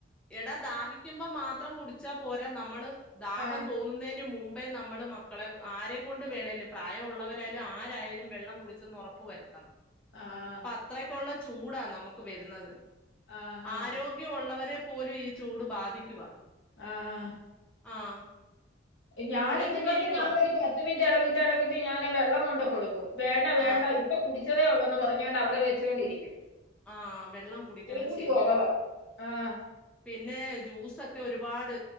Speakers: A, in the centre; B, on the left.
A: എടാ ദാഹിക്കുമ്പോ മാത്രം കുടിച്ചാ പോരാ നമ്മള് ദാഹം
B: ആഹ്
A: തോന്നു ന്നേനു മുമ്പേ നമ്മൾ മക്കളെ ആരെക്കൊണ്ട് വേണേലും പ്രായഉള്ളവരായാലും ആരായാലും വെള്ളം കുടിച്ചെന്ന് ഒറ പ്പ് വരുത്തണം.
B: ആഹ്.
A: അത്രക്കുള്ള ചൂടാ നമുക്ക് വരുന്നത്.
B: ആഹാ
A: ആരോഗ്യഒള്ളവരെ പോലും ഈ ചൂട് ബാധിക്കുവാ.
B: ആഹ്.
A: ആഹ്.
B: ഞാനിതുങ്ങക്ക്‌
A: കുഴഞ്ഞു വീഴുവാ
B: ഞാനൊരു പാ പത്തു മിനിറ്റ് എടവിട്ട്, എടവിട്ട് ഞാന് വെള്ളം കൊണ്ട് കൊടുക്കും വേണ്ട, വേണ്ട
A: ആഹ്
B: ഇ പ്പൊ കുടിച്ചതേ ഉള്ളൂന്ന് പറഞ്ഞോണ്ട് അവിടെ വെച്ചോണ്ടിരിക്കും.
A: ആഹ് വെള്ളം കുടിക്കണം
B: കുടി
A: ശരിക്ക്.
B: കുറവാ ആഹ്
A: പിന്നെ ജ്യൂസൊക്കെ ഒരുപാട്